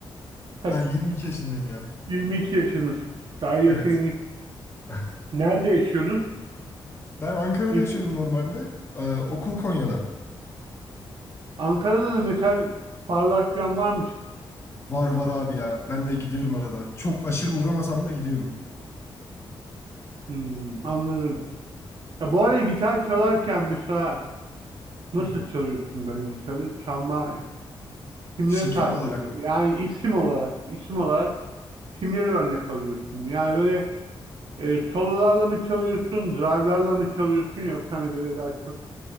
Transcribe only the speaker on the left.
Ben 22 yaşındayım ya.
Evet. <laughs>
Ben Ankara'da
yaşıyorum normalde. Ee, okul Konya'da.
Var var abi ya. Ben de gidiyorum arada. Çok aşırı uğramasam da gidiyorum.
Hı.
Şekil
olarak
mı?